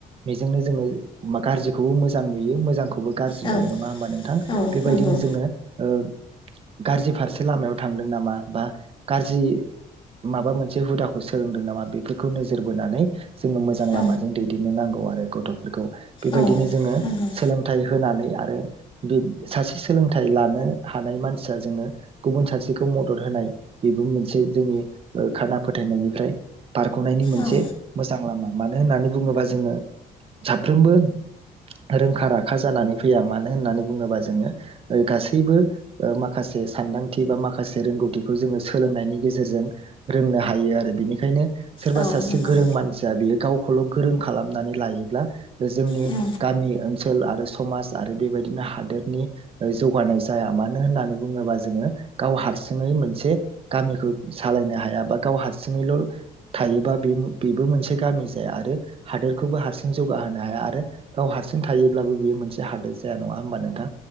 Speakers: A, on the right (about 40°); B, on the left (about 30°).
A: बेजोंनो जोङो गाज्रिखौबो मो मोजां नुयो, मोजां खौबो गाज्रि
B: औ
A: नुयो नङा होमा नोंथां
B: औ
A: बेबायदिनो
B: नंगौ
A: जोङो ओ गाज्रि फारसे लामायाव थांदों नामा बा गाज्रि माबा मोनसे हुदाखौ सोलोंदों नामा बेफोरखौ नोजोर बोनानै जोङो मोजां लामाजों
B: औ
A: दैदेननो नांगौ आरो गथ'फोरखौ। बेबायदिनो
B: औ
A: जोङो
B: नंगौ
A: सोलोंथाइ होनानै आरो बे सासे सोलोंथाइ लानो हानाय मानसिया जोङो गुबुन सासेखौ मदद होनाय बेबो मोनसे जोंनि ओ खाना फोथायनायनिफ्राय बारग'नायनि मोनसे
B: औ
A: मो जां लामा मानो होननानै बुङोबा जोङो साफ्रोमबो रोंखा-राखा जानानै फैया मानो होननानै बुङोबा जोङो ओ गासैबो माखासे सानदांथि बा माखासे रोंगौथिखौ जोङो सोलोंनायनि गेजेरजों रोंनो हायो आरो बिनिखायनो सोरबा
B: औ
A: सासे
B: नंगौ
A: गोरों मानसिया बेयो गाव खौल' गोरों खालामनानै लायोब्ला जोंनि
B: औ
A: गामि ओनसोल आरो समाज आरो बेबायदिनो हादोरनि ओ जौगानाय जाया मानो होननानै बुङोबा जोङो गाव हारसिङै मोनसे गामिखौ सालायनो हाया बा गाव हारसिङैल' थायोबा बे बेबो मोनसे गामि जाया आरो हादोरखौबो हारसिं जौगाहोनो हाया आरो गाव हार सिं थायोब्लाबो बियो मोनसे हादोर जाया नङा होमबा नोंथा?